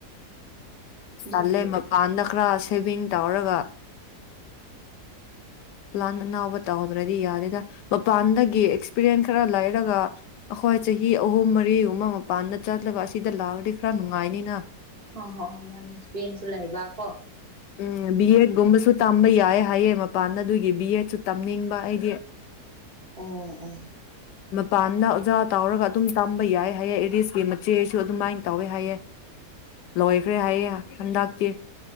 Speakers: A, on the right; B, on the left.
A: ꯑꯗꯨꯕꯨ
B: ꯑꯜꯂꯦ ꯃ ꯄꯥꯟꯗ ꯀ꯭ꯔꯥ ꯁꯦꯕꯤꯤꯡ ꯇꯧꯔꯒ ꯄ꯭ꯂꯥꯟ ꯑꯅꯥꯎꯕ ꯇꯧꯍꯗ꯭ꯔꯗꯤ ꯌꯥꯗꯦꯗ ꯃꯄꯥꯟꯗꯒꯤ ꯑꯦꯛꯁꯄꯤꯔꯤꯌꯦꯟꯁ ꯈꯔ ꯂꯩꯔꯒ ꯑꯩꯈꯣꯏ ꯆꯍꯤ ꯑꯍꯨꯝ ꯃꯔꯤꯒꯨꯝꯕ ꯃꯄꯥꯟꯗ ꯆꯠꯂꯒ ꯑꯁꯤꯗ ꯂꯥꯛꯑꯗꯤ ꯈꯔ ꯅꯨꯡꯉꯥꯏꯅꯤꯅ
A: ꯍ ꯍꯣ ꯍ ꯃꯥꯟ ꯑꯦꯁꯄꯤꯔꯤꯟꯁꯨ ꯂꯩꯕ ꯀ
B: ꯎꯝ ꯕꯤ ꯑꯦꯠ ꯒꯨꯝꯝꯕꯁꯠ ꯇꯝꯕ ꯌꯥꯏꯌꯦ ꯍꯥꯏꯌꯦ ꯃꯄꯥꯟꯗ ꯑꯗꯨꯒꯤ ꯕꯤ ꯑꯦꯗꯁꯨ ꯇꯝꯅꯤꯡꯕ ꯑꯩꯗꯤ
A: ꯑꯣ ꯑꯣ ꯑꯣ
B: ꯃꯄꯥꯟꯗ ꯑꯣꯖꯥ ꯇꯧꯔꯒ ꯑꯗꯨꯝ ꯇꯝꯕ ꯌꯥꯏ ꯍꯥꯏꯌꯦꯦ ꯏꯔꯤꯁꯀꯤ ꯃꯆꯦꯁꯨ ꯑꯗꯨꯃꯥꯏꯅ ꯇꯧꯋꯦ ꯍꯥꯏꯌꯦꯦ ꯂꯣꯏꯈ꯭ꯔꯦ ꯍꯥꯏꯌꯦꯦ ꯍꯟꯗꯛꯇꯤ